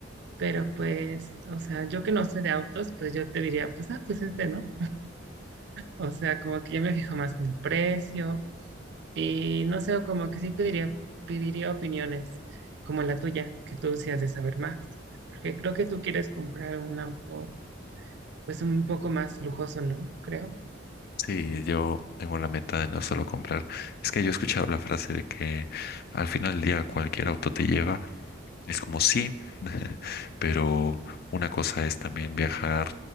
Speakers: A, on the right; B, on the left.
A: pero pues, o sea, yo que no sé de autos, pues yo te diría, pues, ah, pues este, ¿no? O sea, como que yo me fijo más en el precio y no sé, como que sí pediría, pediría opiniones como la tuya, que tú sí has de saber más, porque creo que tú quieres comprar un auto pues un poco más lujoso, ¿no? Creo.
B: Sí, yo tengo la meta de no solo comprar. Es que yo he escuchado la frase de que al final del día cualquier auto te lleva. Es como sí, <laughs> pero una cosa es también viajar,